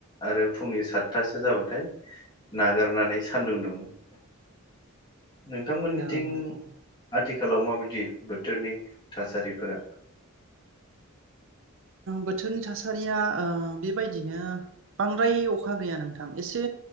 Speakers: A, on the left; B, on the right.
A: आरो फुंनि सातथासो जाबाथाय नागारनानै सानदुं दुङो। नोंथांमोननिथिं
B: औ औ
A: आथिखालाव माबायदि बोथोरनि थासारिफोरा
B: बोथोरनि थासारिया बेबायदिनो बांद्राय अखा गैया नोंथां एसे